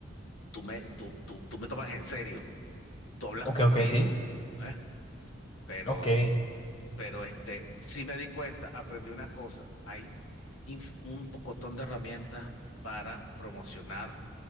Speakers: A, on the left; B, on the left.
A: tú me, tú, tú, tú me tomas en serio, tú hablas
B: ok,
A: conmigo,
B: ok, sí,
A: ¿eh? Pero,
B: ok.
A: pero este, sí me di cuenta, aprendí una cosa, hay inf- un pocotón de herramientas para promocionar,